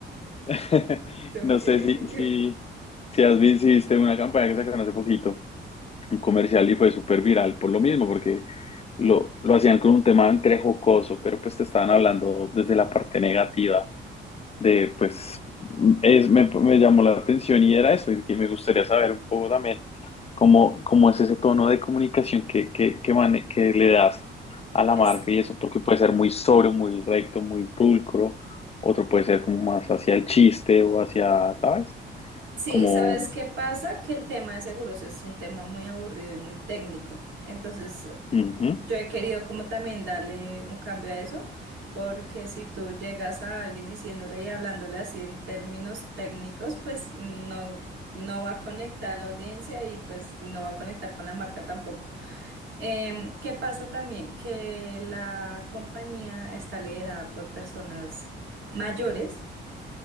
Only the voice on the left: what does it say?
<laughs>
No
sé si, si, si has visto, si viste una campaña que sacaron hace poquito, un comercial y fue súper viral por lo mismo, porque lo, lo hacían con un tema entre jocoso, pero pues te estaban hablando desde la parte negativa de pues es, me, me llamó la atención y era eso, y que me gustaría saber un poco también cómo, cómo es ese tono de comunicación que, que, que, mane- que le das a la
marca y eso, porque puede ser muy sobrio, muy recto, muy pulcro, otro puede ser como más hacia el chiste o hacia, ¿sabes?
Como,
ujú,